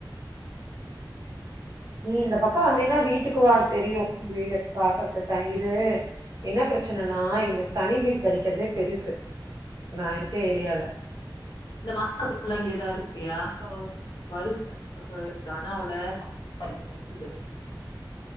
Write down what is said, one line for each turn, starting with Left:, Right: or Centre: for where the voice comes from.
Right: நீ இந்த பக்கோ வந்தீன்னா வீட்டுக்கு வா தெரியு வீடு பாக்கறக்கு த இது என்ன பிரச்சனனா இங்க தனி வீடு கெடைக்கறதே பெருசு ப்ப நா இருக்க ஏரியால
Left: மாச ஃபுல்லா இங்கதா இருப்பியா
Right: ஆ
Left: வரு <inaudible> அண்ணாவோட <inaudible> இருக்குது